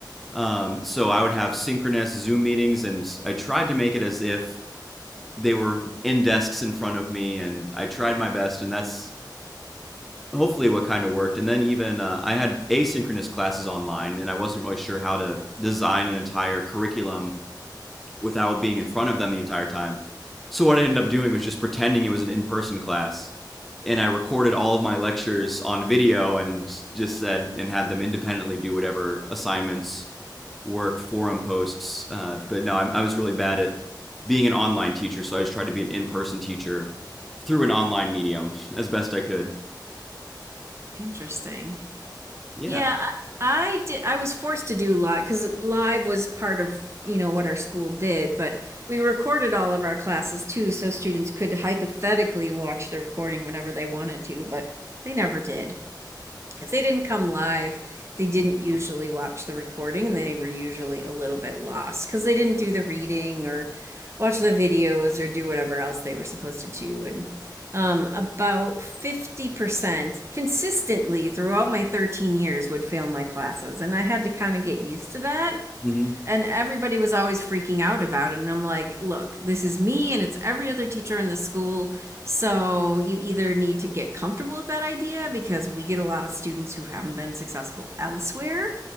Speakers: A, in the centre; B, on the right.
A: Um, so I would have synchronous Zoom meetings, and I tried to make it as if they were in desks in front of me, and I tried my best, and that's hopefully what kind of worked. And then even uh, I had asynchronous classes online, and I wasn't really sure how to design an entire curriculum without being in front of them the entire time. So what I ended up doing was just pretending it was an in-person class, and I recorded all of my lectures on video and just said and had them independently do whatever assignments, work, forum posts. Uh, but no, I, I was really bad at being an online teacher, so I just tried to be an in-person teacher through an online medium <laughs> as best I could.
B: Interesting.
A: Yeah,
B: Yeah, I, I did. I was forced to do live because live was part of, you know, what our school did, but we recorded all of our classes too, so students could hypothetically watch the recording whenever they wanted to, but they never did if they didn't come live, they didn't usually watch the recording and they were usually a little bit lost because they didn't do the reading or watch the videos or do whatever else they were supposed to do. And um, about 50% consistently throughout my 13 years would fail my classes. And I had to kind of get used to that
A: hmm
B: and everybody was always freaking out about it and i'm like look this is me and it's every other teacher in the school so you either need to get comfortable with that idea because we get a lot of students who haven't been successful elsewhere